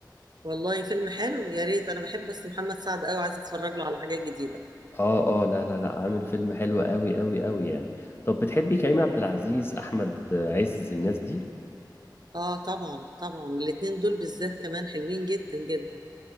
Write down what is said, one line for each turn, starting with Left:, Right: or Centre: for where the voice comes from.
Right: والله فيلم حلو يا ريت انا بحب بس محمد سعد قوي عايزه اتفرج له على حاجات جديدة
Left: اه اه لا لا لا عامل فيلم حلو قوي قوي قوي يعني طب بتحبي كريم عبد العزيز احمد عز الناس دي
Right: اه طبعا طبعا الاتنين دول بالذات كمان حلوين جدا جدا